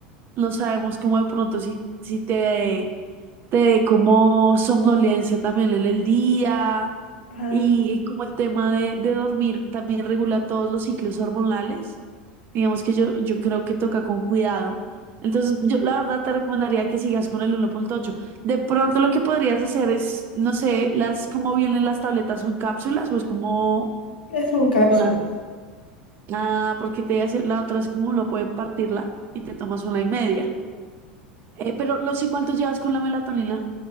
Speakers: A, on the right; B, on the left.
A: no sabemos cómo de pronto si, si te te dé como somnolencia también en el día
B: Ah,
A: y, y como el tema de, de dormir también regula todos los ciclos hormonales. Digamos que yo, yo creo que toca con cuidado. Entonces, yo la verdad te recomendaría que sigas con el uno punto ocho De pronto lo que podrías hacer es, no sé, las, cómo vienen las tabletas son cápsulas o es como
B: es un cápsulas.
A: una, ah, porque te voy a decir, la otra es como uno puede partirla y te tomas una y media. Eh, pero, ¿los y cuántos llevas con la melatonina?